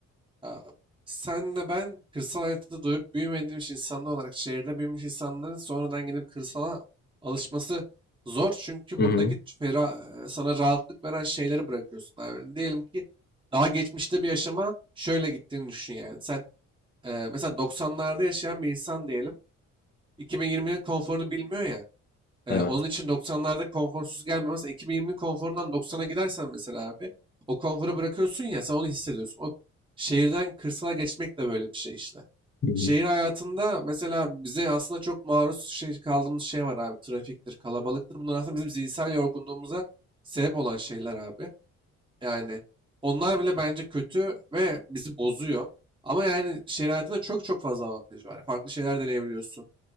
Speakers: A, on the right (about 15°); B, on the left (about 35°).
A: abi. Senle ben kırsal hayatta da doyup büyümediğimiz insanlar olarak şehirde büyümüş insanların sonradan gidip kırsala alışması zor. Çünkü
B: Hı
A: buradaki
B: hı.
A: ç- fera, e, sana rahatlık veren şeyleri bırakıyorsun abi. Diyelim ki daha geçmişte bir yaşama şöyle gittiğini düşün yani. Sen e, mesela 90'larda yaşayan bir insan diyelim. 2020'nin konforunu bilmiyor ya. E,
B: Evet.
A: onun için doksanlarda konforsuz gelmiyor. Mesela 2020'nin konforundan doksan'a gidersen mesela abi o konforu bırakıyorsun ya sen onu hissediyorsun. O şehirden kırsala geçmek de böyle bir şey işte.
B: Hı hı.
A: Şehir hayatında mesela bize aslında çok maruz şey, kaldığımız şey var abi. Trafiktir, kalabalıktır. Bunlar aslında bizim zihinsel yorgunluğumuza sebep olan şeyler abi. Yani onlar bile bence kötü ve bizi bozuyor. Ama yani şehir hayatında çok çok fazla avantajı var. Farklı şeyler deneyebiliyorsun